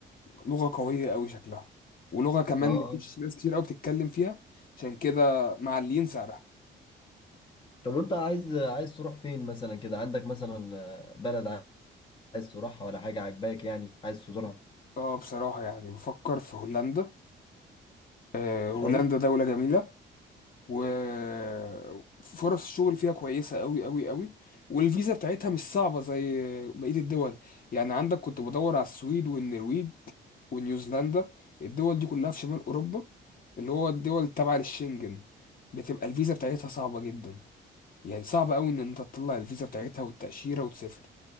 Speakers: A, on the left; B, on the left.
A: لغة قوية أوي شكلها ولغة كمان
B: اه آه.
A: مفيش ناس كتير أوي بتتكلم فيها عشان كده معلين سعرها
B: طب وانت عايز عايز تروح فين مثلا كده عندك مثلا آه، بلد عايز تروحها ولا حاجة عاجباك يعني عايز تزورها
A: اه بصراحة يعني بفكر في هولندا آه هولندا
B: حلو
A: دولة جميلة وفرص الشغل فيها كويسة قوي قوي قوي والفيزا بتاعتها مش صعبة زي بقية الدول يعني عندك كنت بدور على السويد والنرويج ونيوزيلندا الدول دي كلها في شمال أوروبا اللي هو الدول تبع للشنجن بتبقى الفيزا بتاعتها صعبة جدا يعني صعب قوي ان انت تطلع الفيزا بتاعتها والتأشيرة وتسافر